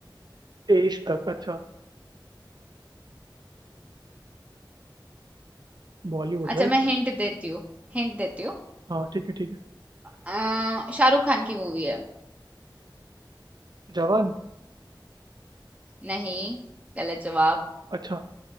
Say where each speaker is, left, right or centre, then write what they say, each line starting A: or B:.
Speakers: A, on the right; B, on the right.
A: तेईस तक अच्छा बॉलीवुड
B: अच्छा
A: राइट
B: मैं हिंट देती हूँ हिंट देती हूँ
A: हाँ ठीक है ठीक है
B: अ, शाहरुख खान की मूवी है
A: जवान
B: नहीं गलत जवाब
A: अच्छा